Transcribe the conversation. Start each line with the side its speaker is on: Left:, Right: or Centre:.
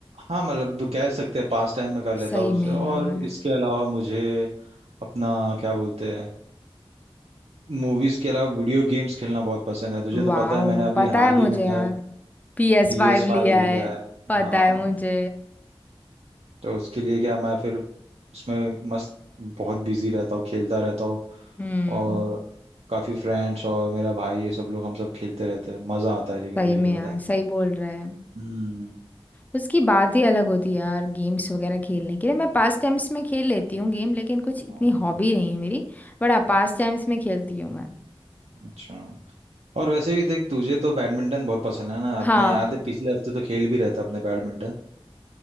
Right: हाँ मतलब कह सकते हैं पास टाइम में कर लेता
Left: सही
Right: हूँ उससे
Left: में
Right: और
Left: यार
Right: इसके अलावा मुझे अपना क्या बोलते हैं मूवीज के अलावा वीडियो गेम्स खेलना बहुत पसंद है तुझे
Left: वाह
Right: तो पता है मैंने अभी
Left: पता
Right: हाल
Left: है मुझे
Right: ही में नया
Left: यार पी एस
Right: पी
Left: फाइव
Right: एस
Left: लिया
Right: फाइव लिया
Left: है
Right: है
Left: पता
Right: हाँ
Left: है मुझे
Right: तो उसके लिए क्या मैं फिर उसमें मस्त बहुत बिजी रहता हूँ खेलता रहता हूँ
Left: हम्म
Right: और काफी फ्रेंड्स और मेरा भाई ये सब लोग हम सब खेलते रहते हैं मजा आता है लेकिन
Left: सही
Right: खेल
Left: में
Right: के
Left: यार
Right: पता है
Left: सही बोल रहा है
Right: हम्म
Left: उसकी बात ही अलग होती है यार गेम्स वगैरह खेलने के लिए मैं पास टाइम्स में खेल लेती हूँ गेम लेकिन कुछ इतनी
Right: हाँ,
Left: हॉबी नहीं है मेरी बट हाँ पास टाइम्स में खेलती हूँ मैं
Right: अच्छा और वैसे भी देख तुझे तो बैडमिंटन बहुत पसंद है ना अपने
Left: हाँ
Right: याद है पिछले हफ्ते तो खेल भी रहे थे अपने बैडमिंटन